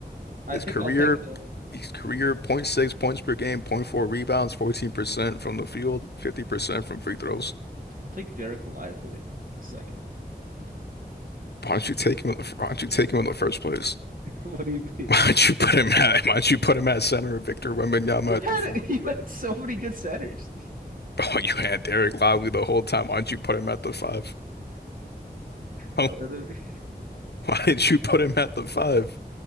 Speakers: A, on the right (about 55°); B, on the left (about 75°).
A: I
B: His
A: think
B: career,
A: I'll take the
B: his career Point six points per game, Point four rebounds, 14% from the field, 50% from free throws.
A: I'll take Derek Lively the second. <laughs>
B: Why don't you take him? in the- Why don't you take him in the first place?
A: What do you
B: <laughs>
A: mean?
B: Why don't you put him at? Why don't you put him at center? Victor Wembanyama
A: You
B: at
A: had
B: the four.
A: <laughs> you
B: <laughs>
A: had so many good centers.
B: Oh, you had Derek Lively the whole time. Why don't you put him at the five? <laughs> Why
A: Atlanta
B: didn't you put him at the five?